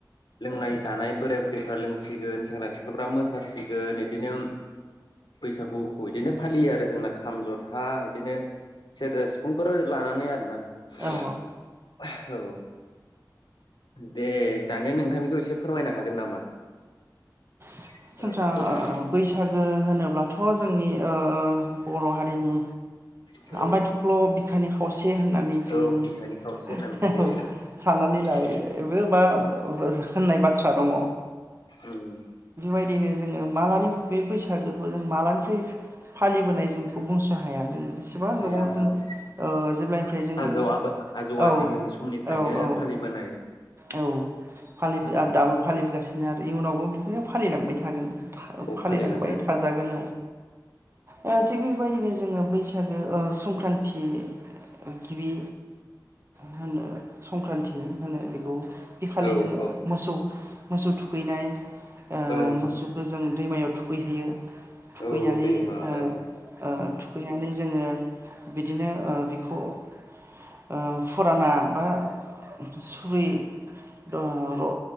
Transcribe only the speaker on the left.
लोंनाय जानाय बोराइ बुरैफ्रा लों सिगोन सेंग्रा सिख्लाफ्रा मोसासिगोन इदिनो बैसागुखौ इदिनो फालियो आरो जोंना खाम जथा इदिनो सेरजा सिफुंफोर लानानै आरोना
<unintelligible> औ दे दानिया नोंथांनिखौ एसे फोरमायनो हागोन नामा
औ
देनाय
औ
औ बिखानि खावसे
होनना मिथियो
औ
उम
हाया
औ
आजौ आबै आजौ
आजैमोननि समनिफ्रायनो
फालिबोनाय
औ
औ फालिलांगोन
औ
औ
ओं
औ दैमा
औ